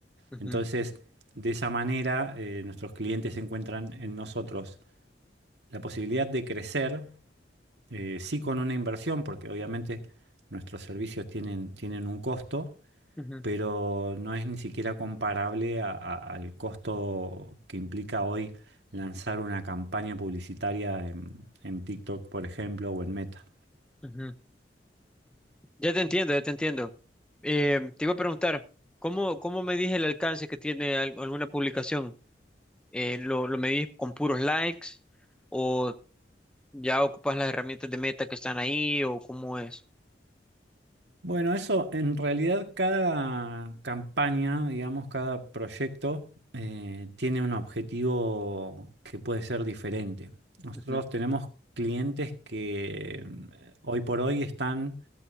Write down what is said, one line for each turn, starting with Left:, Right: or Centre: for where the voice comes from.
Centre: ujú,
Right: Entonces, de esa manera, eh, nuestros clientes encuentran en nosotros la posibilidad de crecer, eh, sí con una inversión, porque obviamente nuestros servicios tienen, tienen un costo,
Centre: ujú,
Right: pero no es ni siquiera comparable a- a- al costo que implica hoy lanzar una campaña publicitaria en en TikTok, por ejemplo, o en Meta.
Centre: ujú. Ya te entiendo, ya te entiendo. Eh, te iba a preguntar, ¿cómo, cómo medís el alcance que tiene al- alguna publicación? Eh, ¿lo, lo medís con puros likes? o ¿Ya ocupas las herramientas de meta que están ahí o cómo es?
Right: Bueno, eso en realidad cada campaña, digamos, cada proyecto eh, tiene un objetivo que puede ser diferente. Nosotros
Centre: Ujú.
Right: tenemos clientes que mm, hoy por hoy están